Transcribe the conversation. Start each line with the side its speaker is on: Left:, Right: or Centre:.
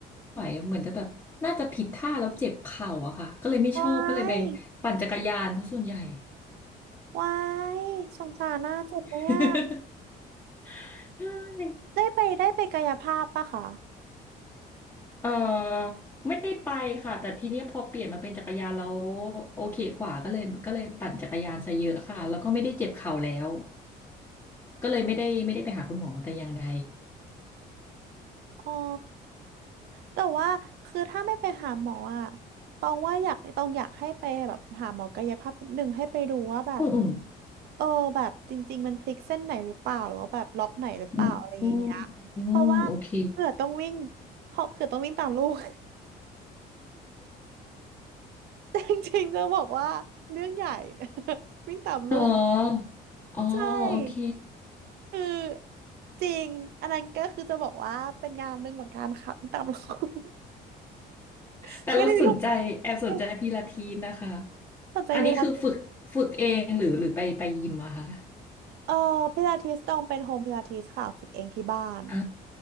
Left: ไหวเหมือนจะแบบน่าจะผิดท่าแล้วเจ็บเข่าอะค่ะก็เลยไม่ชอบก็เลยไปปั่นจักรยานซะส่วนใหญ่
Right: วายวายสงสารน่าเจ็บเนี่ย
Left: <laughs> ใช่
Right: ได้ไปได้ไปกายภาพปะคะ
Left: เออไม่ได้ไปค่ะแต่ทีเนี้ยพอเปลี่ยนมาเป็นจักรยานแล้วโอเคกว่าก็เลยก็เลยปั่นจักรยานซะเยอะค่ะแล้วก็ไม่ได้เจ็บเข่าแล้วก็เลยไม่ได้ไม่ได้ไปหาคุณหมอแต่อย่างใด
Right: อ๋อแต่ว่าคือถ้าไม่ไปหาหมออ่ะตองว่าอยากตองอยากให้ไปแบบหาหมอกายภาพนิดนึงให้ไปดูว่าแบบ
Left: อืมอืม
Right: เออแบบจริงๆมันพลิกเส้นไหนหรือเปล่าหรือว่าแบบล็อกไหนหรือเปล่าอะไรอย่างเงี้ย
Left: อืมอืมโอเค
Right: เพราะว่าเผื่อต้องวิ่งเพราะเผื่อต้องวิ่งตามลูก แต่ <laughs> จริงๆจะบอกว่าเรื่องใหญ่ <laughs> วิ่งตามลูก
Left: อ๋ออ๋อโอเค
Right: ใช่คือจริงอันนั้นก็คือจะบอกว่าเป็นงานหนึ่งเหมือนกันค่ะวิ่งตามลูก <laughs>
Left: แต่เราสนใจแอบสนใจพิลาทิสนะคะ
Right: ไม่ได้ลูกไม่สนใจพิลาทิส
Left: อันนี้คือฝึกฝึกเองหรือหรือไปไปยิมอะคะ
Right: เออพิลาทิสต้องเป็นโฮมพิลาทิสค่ะฝึกเองที่บ้าน
Left: อ่า